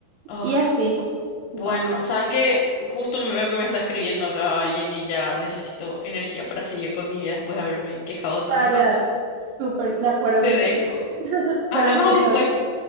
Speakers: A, on the left; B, on the right.
A: Ah,
B: Y así. Bueno,
A: bueno, sabes que justo me veo que me está escribiendo acá alguien y ya necesito energía para seguir con mi día después de haberme quejado tanto.
B: dale, dale. Súper de acuerdo
A: Te
B: contigo.
A: dejo. Hablamos
B: Dale,
A: después.
B: chao.